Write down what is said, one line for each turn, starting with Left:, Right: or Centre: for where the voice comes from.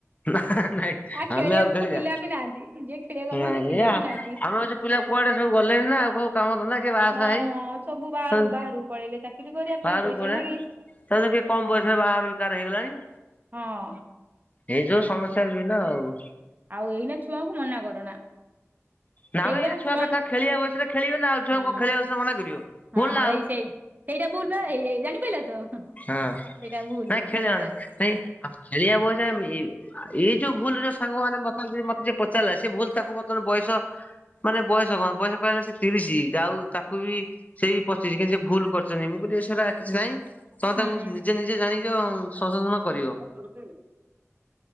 Left: ନା ନାଇଁ
Right: ଆ ଖେଳିବାକୁ
Left: ଆମେ ଆଉ ଖେଳିବା
Right: ପିଲା ବି ନାହାନ୍ତି ଯିଏ ଖେଳିବାକୁ ଆମ
Left: ନାଇ
Right: ସହିତ ପିଲା
Left: ଏ ଆମେ
Right: ବି ନାହାନ୍ତି।
Left: ହଉଚୁ ପି ଲା କୁଆଡେ ସବୁ ଗଲେଣି ନା ଆଉ କୋଉ କାମ ଧନ୍ଦା କିଏ ବାହାସାହା
Right: ହଁ
Left: ହେଇ
Right: ସବୁ ବାହାରକୁ ବାହାରକୁ ପଳେଇଲେ ଚାକିରି କରିବା ପାଇଁ
Left: ବାହାରକୁ
Right: ପଇସା
Left: ପଳେଇଲାଣି
Right: ନାଗି
Left: ତାଧିରୁ କିଏ କମ
Right: ହଁ।
Left: ବୟସରେ ବାହାଘର ବି କାର ହେଇଗଲାଣି।
Right: ହଁ।
Left: ଏଇ ଯୋଉ ସମସ୍ୟା ବିଭିନ୍ନ ଆଉ।
Right: ଆଉ ଏଇନା ଛୁଆଙ୍କୁ ମନା କରନା।
Left: ନା
Right: ସେଇବା
Left: ମ ଏଇନା ଛୁଆ
Right: ଛୁଆଙ୍କୁ
Left: କଥା
Right: ହୁଁ
Left: ଖେଳିବା ବୟସରେ ଖେଳିବେ ନା ଆଉ ଛୁଆଙ୍କୁ ଖେଳିବା ବୟସରେ ମନା କରିବ। ଭୁଲ
Right: ହଁ
Left: ନା ଆଉ
Right: ସେଇ ସେଇ ସେଇଟା ଭୁଲ ପା ହେଇ ହେଇ ଜାଣିପାଇଲ ତ।
Left: ହଁ
Right: ସେଇଟା ଭୁଲ
Left: ନାଇଁ ଖେଳିବା
Right: ମନକୁ ଅଛି।
Left: ନାଇଁ ଆ ଖେଳିବାକୁ ବୟସ ଏ ଏଇ ଏଇ ଯୋଉ ଭୁଲ ଯୋଉ ସାଙ୍ଗ ମାନେ ବର୍ତ୍ତମାନ ମତେ ଯୋ ପଚାରିଲା ସେ ଭୁଲ ତାକୁ ବର୍ତ୍ତମାନ ବୟସ ମାନେ ବୟ ବୟସ କଣ ବୟସ କହିଲେ ସେ ତିରିଶ ଆଉ ତାକୁ ବି ସେଇ ପଚିଶ କିନ୍ତୁ ସେ ଭୁଲ କରି ଚନ୍ତି ମୁ କହିଲି ସେଟା କିଛି ନାହିଁ, ତମେ
Right: ହୁଁ।
Left: ତାକୁ ନିଜେ ନିଜେ ଜାଣିଛ ସଂଶୋଧନ କରିବ।
Right: <inaudible>